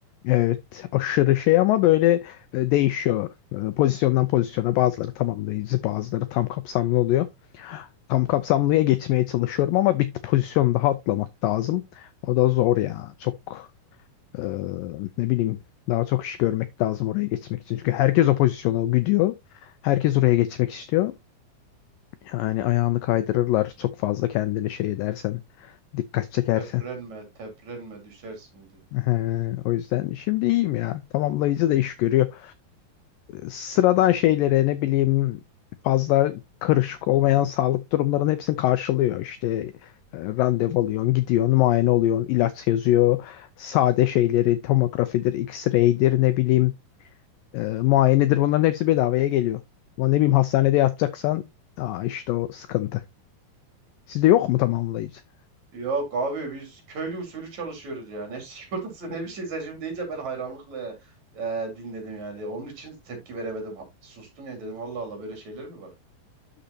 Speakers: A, on the left (about 85°); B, on the right (about 45°).
A: Evet, aşırı şey ama böyle e, değişiyor. E, Pozisyondan pozisyona bazıları tamamlayıcı, bazıları tam kapsamlı oluyor. Tam kapsamlıya geçmeye çalışıyorum ama bir pozisyon daha atlamak lazım. O da zor ya. Çok e, ne bileyim daha çok iş görmek lazım oraya geçmek için. Çünkü herkes o pozisyona gidiyor. Herkes oraya geçmek istiyor. Yani ayağını kaydırırlar çok fazla kendini şey edersen, dikkat çekersen.
B: Teprenme, teprenme düşersin diyor.
A: <laughs> Ee, o yüzden şimdi iyiyim ya. Tamamlayıcı da iş görüyor. sıradan şeylere ne bileyim fazla karışık olmayan sağlık durumlarının hepsini karşılıyor. İşte e, randevu alıyorsun, gidiyorsun, muayene oluyorsun, ilaç yazıyor. Sade şeyleri tomografidir, x-ray'dir ne bileyim e, muayenedir bunların hepsi bedavaya geliyor. Ama ne bileyim hastanede yatacaksan aa işte o sıkıntı. Sizde yok mu tamamlayıcı? <laughs>
B: Yok abi biz köylü usulü çalışıyoruz yani. Ne <laughs> sigortası ne bir şeyse şimdi deyince ben hayranlıkla e, dinledim yani. Onun için tepki veremedim. Ha- Sustum yani dedim Allah Allah böyle şeyler mi var?